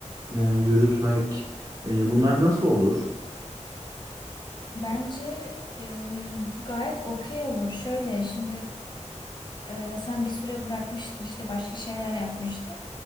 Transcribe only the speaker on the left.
Hı
hı.
Bence e, gayet okey olur. Şöyle şimdi e, sen bir süre bırakmıştın işte başka şeyler yapmıştın.